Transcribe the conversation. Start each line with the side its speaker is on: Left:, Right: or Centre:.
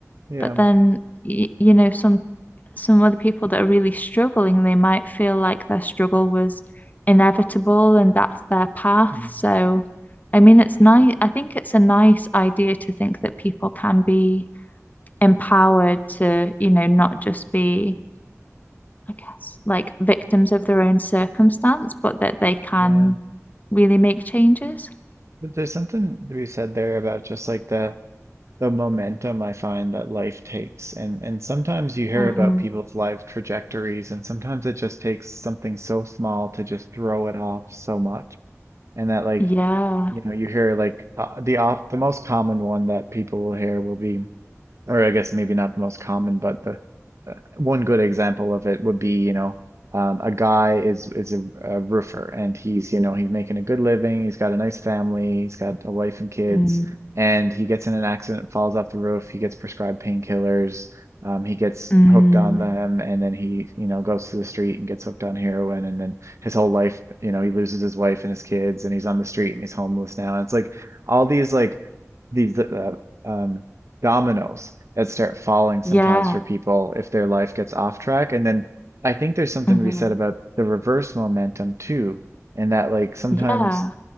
Right: yeah.
Left: But then, you, you know, some some other people that are really struggling, they might feel like their struggle was inevitable and that's their path.
Right: Mm,
Left: So, I mean, it's nice.
Right: yeah.
Left: I think it's a nice idea to think that people can be empowered to, you know, not just be I guess, like victims of their own circumstance, but that they can
Right: Yeah.
Left: really make changes.
Right: But there's something to be said there about just like the the momentum I find that life takes. And and sometimes you hear
Left: Mm.
Right: about people's life trajectories, and sometimes it just takes something so small to just throw it off so much. And that like
Left: Yeah.
Right: You know, you hear like uh, the op the most common one that people will hear will be or I guess maybe not the most common, but the uh, one good example of it would be, you know, um, a guy is is a, a roofer and he's, you know, he's making a good living, he's got a nice family, he's got a wife and kids,
Left: Mm.
Right: and he gets in an accident, falls off the roof, he gets prescribed painkillers, um, he gets
Left: Mm.
Right: hooked on them, and then he, you know, goes to the street and gets hooked on heroin, and then his whole life, you know, he loses his wife and his kids, and he's on the street and he's homeless now. And it's like all these like these uh, um, dominoes that start falling sometimes
Left: Yeah.
Right: for people if their life gets off track. And then I think there's something
Left: hmm
Right: to be said about the reverse momentum too, and that like sometimes
Left: Yeah.